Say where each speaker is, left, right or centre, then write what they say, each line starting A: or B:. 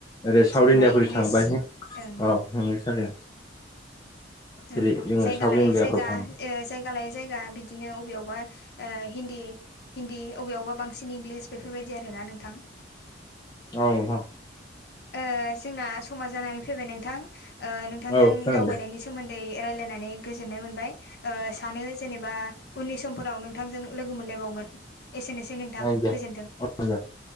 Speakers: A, on the left; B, on the left.
A: औ
B: ओरै साउथ
A: जेनेबा
B: इण्डियाफोर
A: इंलिस
B: थांबायहाय औ।
A: ओं
B: <unintelligible>
A: ओ
B: जेरै जोङो
A: जायगा
B: साउथ
A: लायो
B: इण्डियाफ्राव
A: जायगा
B: थाङो
A: ओ जाय जायगा लायै जायगा बिदिनो अबेयावबा ओ हिन्दी हिन्दी अबेयावबा बांसिन इंलिस बेफोरबायदि आरोना नोंथां
B: औ नोंथां
A: ओ जोंना समा जानानै फैबाय नोंथां ओ नोंथांजों
B: औ जागोन
A: दावबायनायनि
B: दे
A: सो सोमोन्दै रायलायनानै गोजोननाय मोनबाय ओ सानो जेनेबा उननि समफोराव नोंथांजों लोगो मोनलायबावगोन एसेनोसै सै नोंथां
B: जागोन
A: गोजोन्थों
B: <unintelligible>